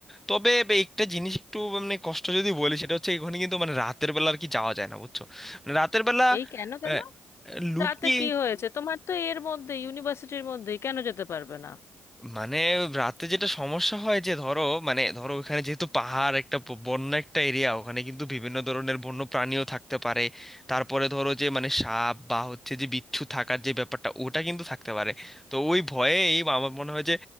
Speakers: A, in the centre; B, on the left.
A: তবে বে- একটা জিনিস একটু মানে কষ্ট যদি বলি সেটা হচ্ছে এখানে কিন্তু মানে রাতের বেলা আর কি যাওয়া যায় না বুঝছো মানে রাতের বেলা
B: এই কেন কেন
A: আহ, লুকিয়ে
B: রাতে কি হয়েছে তোমার তো এর মধ্যে ইউনিভার্সিটির মধ্যে কেন যেতে পারবে না
A: মানে রাতে যেটা সমস্যা হয় যে ধরো মানে ধরো ওখানে যেহেতু পাহাড় একটা ব- বন্য একটা এরিয়া ওখানে কিন্তু বিভিন্ন ধরনের বন্য প্রাণীও থাকতে পারে তারপরে ধরো যে মানে সাপ বা হচ্ছে যে বিচ্ছু থাকার যে ব্যাপারটা ওটা কিন্তু থাকতে পারে তো ওই ভয়ে এই আমার মনে হয় যে